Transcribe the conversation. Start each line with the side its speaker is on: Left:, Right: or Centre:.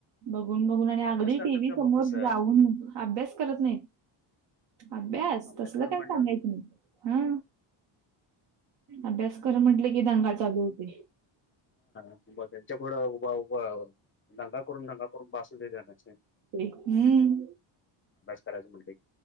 Right: बघून, बघून, आणि अगदी
Left: अभ्यास करतात
Right: टीव्ही
Left: का
Right: समोर
Left: बघ तसं
Right: जाऊन, अभ्यास करत नाहीत.
Left: हम्म
Right: अभ्यास तसल
Left: तेवढं
Right: काय
Left: म्हणल्यावर
Right: सांगायचं नाही हा अभ्यास कर म्हटले कि दंगा चालू होते
Left: त्यांच्याकडं उभ उभ दंगा करून दंगा करून बासू दे देण्याचे
Right: ते हम्म
Left: खराज म ब